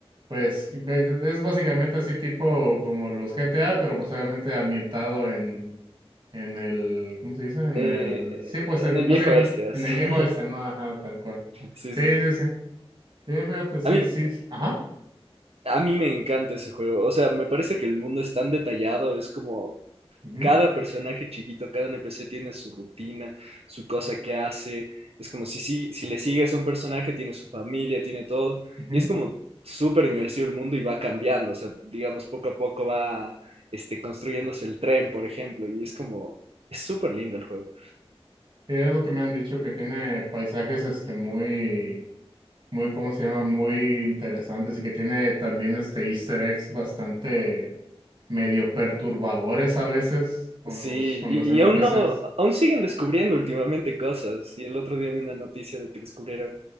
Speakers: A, on the right; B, on the right.
A: Pues es es básicamente así tipo como los GTA, pero pues obviamente ambientado en, en el, ¿cómo se dice? En
B: Eh,
A: el, sí, pues en,
B: en el
A: básicamente
B: viejo este, así.
A: en el viejo
B: <laughs>
A: este, ¿no? Ajá, tal cual.
B: Sí,
A: Sí,
B: sí.
A: sí, sí. Sí, fíjate, sí,
B: A mí,
A: sí. sí. Ajá.
B: a mí me encanta ese juego. O sea, me parece que el mundo es tan detallado, es como
A: Ujú,
B: cada personaje chiquito, cada NPC tiene su rutina, su cosa que hace. Es como si, si, si le sigues a un personaje, tiene su familia, tiene todo.
A: ujú.
B: Y es como súper inmersivo el mundo y va cambiando. O sea, digamos, poco a poco va este, construyéndose el tren, por ejemplo. Y es como, es súper lindo el juego.
A: Sí, es lo que me han dicho, que tiene paisajes, este, muy, muy, ¿cómo se llama? Muy interesantes y que tiene también, este, Easter eggs bastante medio perturbadores a veces con
B: Sí,
A: los, con
B: y,
A: los NPCs.
B: y aún no, aún siguen descubriendo últimamente cosas. Y el otro día vi una noticia de que descubrieron